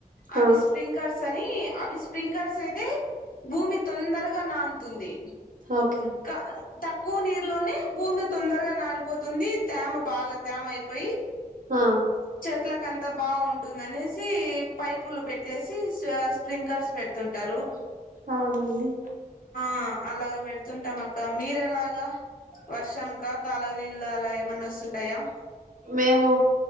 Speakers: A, on the left; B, on the right.
A: అవి
B: ఆ
A: స్ప్రింకర్స్ అని అవి స్ప్రింకర్స్ అయితే భూమి తొందరగా నా తుంది
B: ఓకే
A: క తక్కువ నీరులోనే భూమి తొందరగా నానిపోతుంది తేమ బాగా తేమ అయిపోయి
B: ఆ
A: చె అట్లకంత బాగుంటుందనేసి పైపులు పెట్టేసి స్ప్రింక్లర్స్ పెడుతుంటారు
B: అవునండి
A: ఆ అలాగ పెడుతుంటాం అక్క మీర ఎలాగా వర్షాంకా కాలవ నీళ్ళ అలా ఏమన్నా వస్తుంటాయా
B: మేము